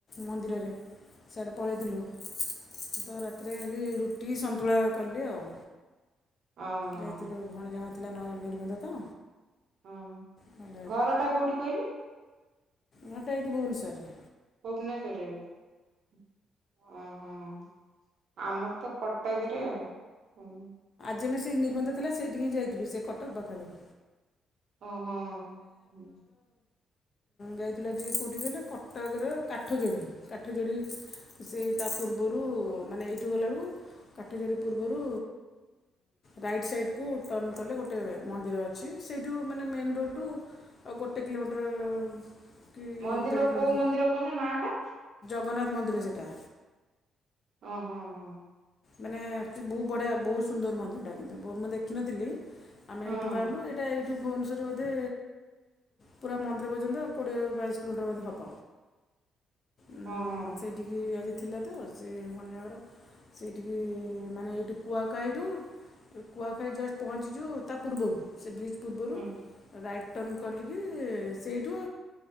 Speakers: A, on the left (about 40°); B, on the right (about 55°).
A: ମନ୍ଦିରରେ। ସେଇଆଡ଼େ ପଳେଇଥିଲୁ।
B: ହଁ
A: ତ ରାତିରେ ହେଲି ରୁଟି ସନ୍ତୁଳା କଲି ଆଉ।
B: ଓହୋ
A: ଯାଇଥିଲୁ ଭଣଜା ଙ୍କର ଥିଲା ନିର୍ବନ୍ଧ ତ।
B: ହଁ
A: ଭଲ
B: ଘର ଟା କୋଉଠି କହିଲି
A: ଘର ଟା ଏଇଠି ଭୁବନେଶ୍ୱର ରେ।
B: <unintelligible> ଅ। ହଁ ଆମର ତ କଟକରେ ଆଉ। ହୁଁ।
A: ଯେବେ ସେଇ ନିର୍ବନ୍ଧ ଥିଲା ସେଇଠି ହିଁ ଯାଇଥିଲୁ। ସେ କଟକ ପାଖାପାଖି।
B: ଓ ହୋ ହୁଁ।
A: ଯାଇଥିଲା ଯେ କଉଠି କହିଲ କଟକର କାଠ ଯୋଡ଼ି। କାଠ ଯୋଡ଼ି ସେ ତା ପୂର୍ବରୁ ମାନେ ଏଇଠୁ ଗଲା ବେଳକୁ କାଠଯୋଡି ପୂର୍ବରୁ ରାଇଟ ସାଇଡ୍ କୁ ଟର୍ନ କଲେ ଗୋଟେ ମନ୍ଦିର ଅଛି। ସେଇଠୁ ମାନେ ମେନ ରୋଡ ଠୁ ଆଉ ଗୋଟେ କିଲୋମିଟର କି
B: ମନ୍ଦିର
A: ଦେଢ଼ କିଲୋମିଟର
B: କୋଉ ମନ୍ଦିର କଲେ ନାଁ ଟା?
A: ଜଗନ୍ନାଥ ମନ୍ଦିର ସେଇଟା।
B: ଅ ହ ହଁ।
A: ମାନେ <unintelligible> ବହୁତ ବଢ଼ିଆ ବହୁତ ସୁନ୍ଦର ମନ୍ଦିରଟା କିନ୍ତୁ ମୁଁ ଦେଖିନଥିଲି ଆମେ
B: ହଁ
A: ଏଇଠୁ ବାହାରିଲୁ ଏଇଟା ଏଇଠୁ ଭୁବନେଶ୍ୱରରୁ ବୋଧେ ପୁରା ମନ୍ଦିର ପର୍ଯ୍ୟନ୍ତ କୋଡ଼ିଏ ବାଇଶ କିଲୋମିଟର ବୋଧେ ହବ। ଉଁ
B: ଓହୋ
A: ସେଇଠିକି ଆଜି ଥିଲା ତ ସେଇ ଭଣଜାଙ୍କର ସେଇଠିକି ମାନେ ଏଇଠୁ କୁଆକାଇରୁ କୁଆଖାଇ ଜଷ୍ଟ ପହଞ୍ଚିଛୁ ତା ପୂର୍ବରୁ ସେ ବ୍ରିଜ୍ ପୂର୍ବରୁ
B: ହୁଁ
A: ରାଇଟ ଟର୍ଣ କଲିକି ସେଇଠୁ